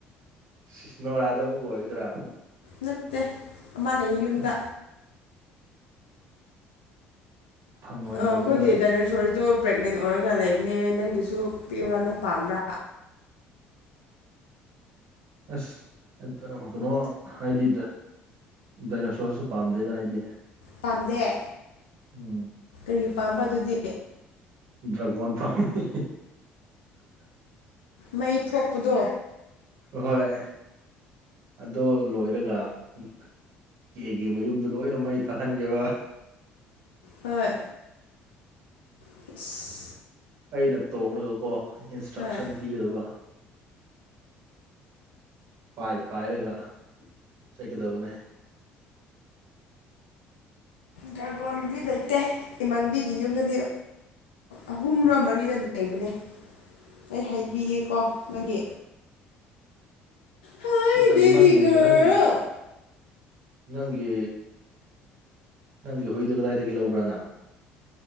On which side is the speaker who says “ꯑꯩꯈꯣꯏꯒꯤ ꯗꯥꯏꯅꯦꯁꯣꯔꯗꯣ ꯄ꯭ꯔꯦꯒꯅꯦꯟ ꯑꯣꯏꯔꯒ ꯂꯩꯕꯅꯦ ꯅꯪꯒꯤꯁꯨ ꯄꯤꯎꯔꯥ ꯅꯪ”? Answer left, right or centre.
Left